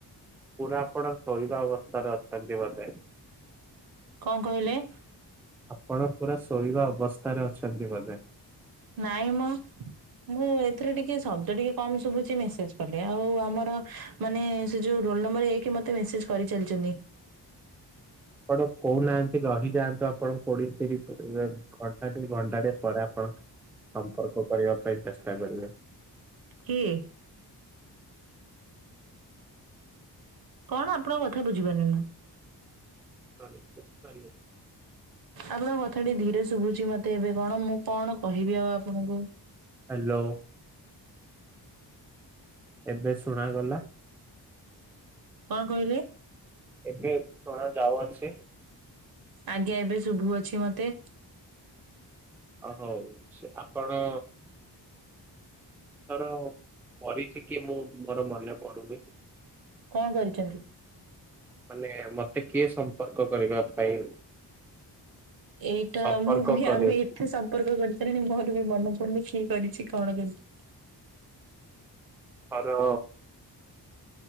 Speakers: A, in the centre; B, on the right (about 60°).
A: ପୁରା ଆପଣ ଶୋଇବା ଅବସ୍ଥାରେ ଅଛନ୍ତି ବୋଧେ।
B: କଁ କହିଲେ?
A: ଆପଣ ପୁରା ଶୋଇବା ଅବସ୍ଥାରେ ଅଛନ୍ତି ବୋଧେ।
B: ନାଇଁ ମ। ମୁଁ ଏଥିରେ ଟିକେ ଶବ୍ଦ ଟିକେ କମ ଶୁବୁଚି ମେସେଜ କଲେ ଆଉ ଆମର ମାନେ ସେ ଯୋଉ ରୋଲ ନମ୍ବର ଏକେ ମତେ ମେସେଜ କରିଚାଲିଛନ୍ତି।
A: ଆପଣ କହୁନାହାନ୍ତି ରହିଯାଆନ୍ତୁ ଆପଣ କୋଉଢି? ତିରିସ୍ ଘଣ୍ଟାଟେ ଘଣ୍ଟାଟେ ପରେ ଆପଣ ସମ୍ପର୍କ କରିବା ପାଇଁ ଚେଷ୍ଟା କରିବେ।
B: କିଏ? କଣ ଆପଣଙ୍କ କଥା ବୁଝିପାରୁନି ମୁଁ?
A: <unintelligible>
B: ଆପଣଙ୍କ କଥା ଟିକେ ଧୀରେ ଶୁବୁଚି ମତେ ଏବେ କଣ ମୁଁ କଣ କହିବି ଆଉ ଆପଣଙ୍କୁ।
A: ହାଲୋ। ଏବେ ଶୁଣାଗଲା?
B: କଁ କହିଲେ?
A: ଏବେ ଶୁଣାଯାଉଅଛି?
B: ଆଜ୍ଞା ଏବେ ଶୁଭୁ ଅଛି ମତେ।
A: ଅ ହଉ ସେ ଆପଣ ତର କରିଚି କି ମୁଁ ମୋର ମନେ ପଡୁନି।
B: କଁ କରିଚନ୍ତି?
A: ମାନେ ମତେ କିଏ ସମ୍ପର୍କ କରିବା ପାଇଁ
B: ଏଇଟା
A: ସମ୍ପର୍କ
B: ମୁଁ ବି
A: କରିଛି
B: ଆମେ ଏତେ ସମ୍ପର୍କ କରି ସାରିଲିଣି ମୋର ବି ମନ ପଡୁନି କିଏ କରିଚି କଣ କରିଚି।
A: ଅର